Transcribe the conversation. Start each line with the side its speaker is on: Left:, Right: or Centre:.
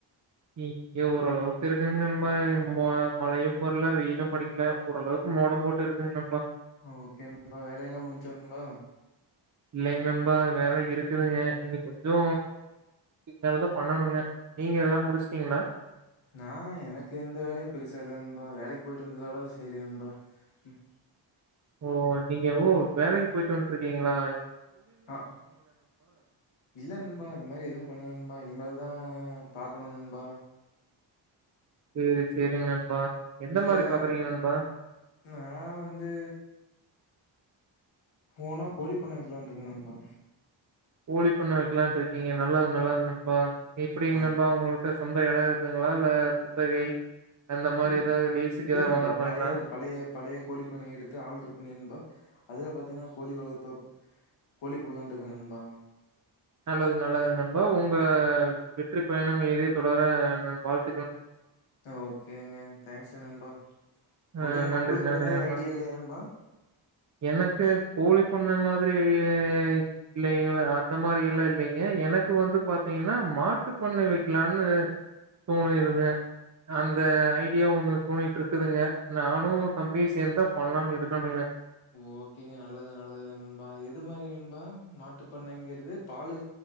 Right: இங்க ஓரளவுக்கு இருக்குங்க நண்பா மோ மழையும் வரல வெயிலும் அடிக்கல ஓரளவுக்கு மோடம் போட்டு இருக்குங்க நண்பா
Left: ஓகே நண்பா வேலையெல்லா முடிஞ்ச்சா நண்பா
Right: இல்லைங்க நண்பா வேல இருக்குதுங்க இன்னு கொஞ்சோ இப்பேலந்துதா பண்ணணுங்க நீங்க எல்லா முடிச்ட்டீங்க்ளா
Left: நா எனக்கு எந்த வேலையு பெருசா இல்ல நண்பா வேலைக்கு போயிட்டு வந்ததோட செரி நண்பா ம்
Right: ஓ நீங்க ஓ வேலைக்கு போயிட்டு வந்ட்ருக்கீங்களா எ
Left: அஹ் இல்ல நண்பா அது மாரி எதுவு பண்ணல நண்பா இனிமேல் தா பாக்கணு நண்பா
Right: செரி செரிங்க நண்பா எந்த
Left: வீட்லலே
Right: மாரி பாக்குறீங்க நண்பா?
Left: நா வந்து ஓனா கோழி பண்ண வைக்கலான்டுருக்கே நண்பா
Right: கோளி பண்ண வைக்கலான்டுருக்கீங்க நல்லது நல்லது நண்பா எப்டிங்க
Left: ஆம்
Right: நண்பா உங்கள்டச் சொந்த எட இருக்குங்களா இல்ல குத்தகை அந்த மாரி
Left: இ
Right: ஏதாவது லீஸுக்கு
Left: இல்ல
Right: ஏதாவது
Left: நண்பா
Right: வாங்குற மாரிங்களா?
Left: பழைய பழைய பழைய கோழிப்பண்ணைய எடுத்து ஆல்டர் பண்ணி நண்பா அதுல பத் துனா கோழி வளத்தோப் கோழி போலான்டுக்கே நண்பா
Right: நல்லது நல்லதுங்க நண்பா உங்க வெற்றிப் பயணம் இனி தொடர வாழ்
Left: ஓகேங்க தேங்க்ஸு நண்பா
Right: ஆஹ்
Left: ஓகே நண்பா
Right: நன்றி
Left: உங்களுக்கு
Right: நன்றி
Left: அது மாரி
Right: நண்பா
Left: ஐடியா இல்லையா நண்பா
Right: எனக்கு கோழி பண்ண மாரி இ இல்லைங்கள அந்த மாரி எல்லாம் இல்லங்க எனக்கு வந்து பாத்தீங்கன்னா மாட்டு பண்ணை வைக்கலாம்னு தோணிருது அந்த ஐடியா ஒன்னு தோணிட்டு இருக்குதுங்க நானும் தம்பியும் சேர்ந்து தான் பண்ணலானு இருக்கணுங்க
Left: ஓகேங்க நல்லது நல்லது நண்பா எது மாரி நண்பா மாட்டுப்பண்ணைங்கிறது பாலு